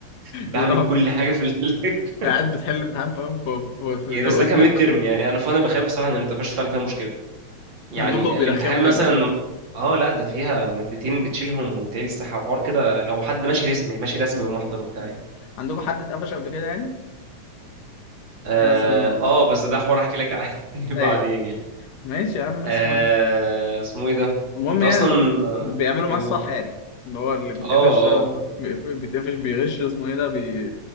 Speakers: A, on the right; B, on the left.
A: بعمل
B: لا
A: كل حاجه في ال... <laughs>
B: قاعد بتحل امتحان فاهم ف- ف-
A: يعني
B: ف- ترقد
A: بس ده كان
B: بيتكم
A: ميد ترم يعني انا فانا بخاف بصراحه ان النتفشت فعلا فيها مشكله يعني
B: عندكم بيرخموا
A: الامتحان مثلا
B: جامد يعني
A: اه لا ده فيها مادتين بتشيلهم وتعيد الساحه وحوار كده لو حد ماشي رسمي ماشي رسمي
B: مم.
A: ومحضر وبتاع
B: مم.
A: يعني
B: عندكم حد اتقفش قبل كده يعني
A: اه
B: مثلا
A: آه، بس ده حوار احكي لك عنه <laughs>
B: ايوه
A: بعدين يعني
B: ماشي يا عم
A: آه
B: اسمه
A: اسمه ايه ده
B: المهم
A: انت
B: يعني
A: اصلا
B: إنه
A: آه،
B: بيعملوا معاه
A: إيه، قول
B: الصح يعني اللي هو اللي بيتقفش
A: اه اه
B: بيقف- بيتقفش بيغش اسمه ايه ده بي